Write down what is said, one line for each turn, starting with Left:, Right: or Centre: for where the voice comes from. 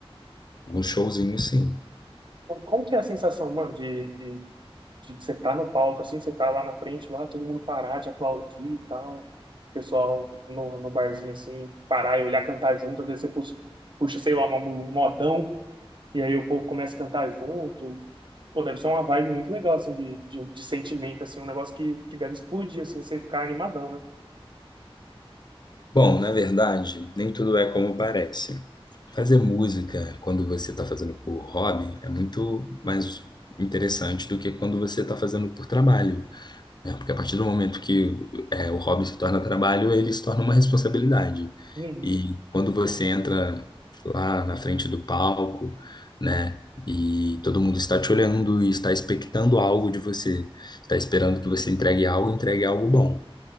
Left: alguns showzinhos, sim.
Right: Como como que é a sensação, mano, de, de, de você tá no palco, assim, você tá lá na frente, lá, todo mundo parar, te aplaudir e tal. O pessoal no, no barzinho, assim, parar e olhar cantar junto, às vezes você puxa, puxa, sei lá, uma- um modão E aí o povo começa a cantar junto. Pô, deve ser uma vibe muito legal, assim, de, de, de sentimento, assim, um negócio que, que deve explodir, assim, você ficar animadão, né?
Left: Bom, na verdade, nem tudo é como parece. Fazer música quando você está fazendo por hobby é muito mais interessante do que quando você está fazendo por trabalho. né? Porque a partir do momento que é, o hobby se torna trabalho, ele se torna uma responsabilidade.
Right: Uhum.
Left: E quando você entra lá na frente do palco, né? E todo mundo está te olhando e está expectando algo de você, está esperando que você entregue algo, entregue algo bom.